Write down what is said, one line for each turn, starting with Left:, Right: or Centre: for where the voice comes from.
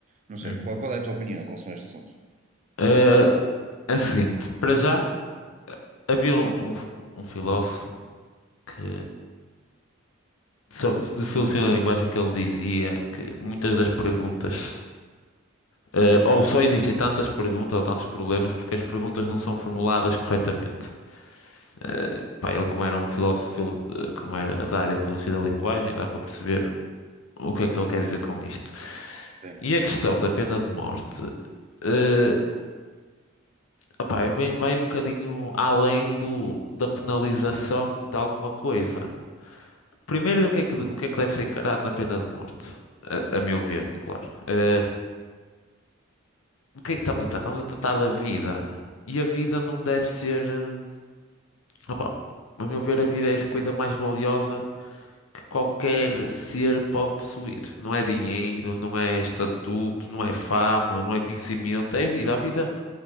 Right: Não sei,
Left: uhum.
Right: qual, qual é a tua opinião em relação a este assunto?
Left: Eh, é o seguinte, para já havia um, um, f- um filósofo que sobre, de filosofia da linguagem que ele dizia que muitas das perguntas Eh, ou só existem tantas perguntas ou tantos problemas porque as perguntas não são formuladas corretamente. Eh, pá, ele, como era um filósofo, fil- eh, como era da área de filosofia da linguagem, dá para perceber o que é que ele quer dizer com isto.
Right: Sim.
Left: E a questão da pena de morte, eh, opá, vai, vai um bocadinho além do, da penalização de alguma coisa. Primeiro, do que é que, o que é que deve ser encarado na pena de morte? A, a meu ver, claro. Eh, do que é que estamos a tratar? Estamos a tratar da vida. E a vida não deve ser. eh, Opa, a meu ver, a vida é a coisa mais valiosa que qualquer ser pode possuir. Não é dinheiro, não é estatuto, não é fama, não é conhecimento, é vida. A vida